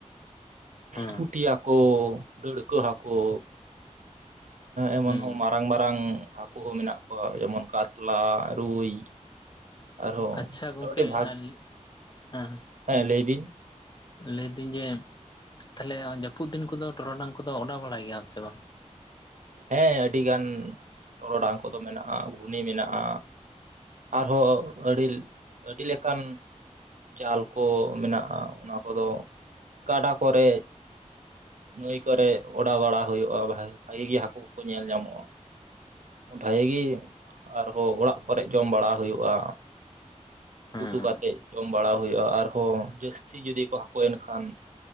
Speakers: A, on the left; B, on the right.
A: ᱦᱮᱸ
B: ᱯᱩᱴᱤᱭᱟ ᱦᱟᱹᱠᱩ ᱰᱟᱹᱲᱠᱟᱹ ᱦᱟᱹᱠᱩ ᱮᱢᱚᱱ
A: ᱦᱩᱸ
B: ᱦᱚᱸ ᱢᱟᱨᱟᱝ ᱢᱟᱨᱟᱝ ᱦᱟᱹᱠᱩ ᱦᱚᱸ ᱢᱮᱱᱟᱜ ᱠᱚᱣᱟ ᱡᱮᱢᱚᱱ ᱠᱟᱛᱞᱟ ᱨᱩᱭ ᱟᱨᱦᱚᱸ
A: ᱟᱪᱪᱷᱟ
B: ᱢᱚᱴᱟᱢᱩᱴᱤ
A: ᱜᱚᱝᱠᱮ
B: ᱵᱷᱟᱜᱽ
A: ᱟᱨ ᱦᱮᱸ
B: ᱦᱮᱸ ᱞᱟᱹᱭ ᱵᱤᱱ
A: ᱞᱟᱹᱭᱫᱟᱹᱧ ᱡᱮ ᱛᱟᱦᱚᱞᱮ ᱡᱟᱹᱯᱩᱫ ᱫᱤᱱ ᱠᱚᱫᱚ ᱴᱚᱨᱚᱰᱟᱝ ᱠᱚᱫᱚ ᱚᱰᱟᱣ ᱵᱟᱲᱟᱭ ᱜᱮᱭᱟᱟᱢ ᱥᱮ ᱵᱟᱝ
B: ᱦᱮᱸ ᱟᱹᱰᱤ ᱜᱟᱱ ᱴᱚᱨᱚᱰᱟᱝ ᱠᱚᱫᱚ ᱢᱮᱱᱟᱜᱼᱟ ᱜᱷᱩᱱᱤ ᱢᱮᱱᱟᱜᱼᱟ ᱟᱨᱦᱚᱸ ᱟᱹᱰᱤ ᱟᱹᱰᱤ ᱞᱮᱠᱟᱱ ᱡᱟᱞ ᱠᱚ ᱢᱮᱱᱟᱜᱼᱟ ᱚᱱᱟ ᱠᱚᱫᱚ ᱜᱟᱰᱟ ᱠᱚᱨᱮ ᱱᱟᱹᱭ ᱠᱚᱨᱮᱜ ᱚᱰᱟᱣ ᱵᱟᱲᱟ ᱦᱩᱭᱩᱜᱼᱟ ᱵᱷᱟᱹᱜᱤ ᱜᱮ ᱦᱟᱹᱠᱩ ᱠᱚᱠᱚ ᱧᱮᱞ ᱧᱟᱢᱚᱜᱼᱟ ᱵᱷᱟᱜᱤ ᱜᱮ ᱟᱨᱦᱚᱸ ᱚᱲᱟᱜ ᱠᱚᱨᱮ ᱡᱚᱢ ᱵᱟᱲᱟ ᱦᱩᱭᱩᱜᱼᱟ
A: ᱦᱮᱸ
B: ᱩᱛᱩ ᱠᱟᱛᱮᱫ ᱡᱚᱢ ᱵᱟᱲᱟ ᱦᱩᱭᱩᱜᱼᱟ ᱟᱨᱦᱚᱸ ᱡᱟᱹᱥᱛᱤ ᱡᱩᱫᱤ ᱠᱚ ᱦᱟᱹᱠᱩ ᱮᱱ ᱠᱷᱟᱱ